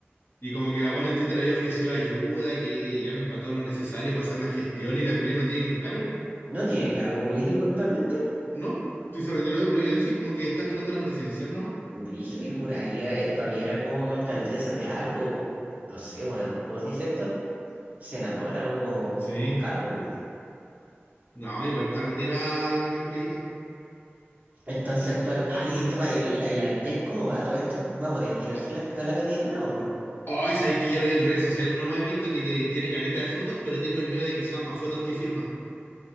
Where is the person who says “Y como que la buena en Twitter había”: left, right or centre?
Left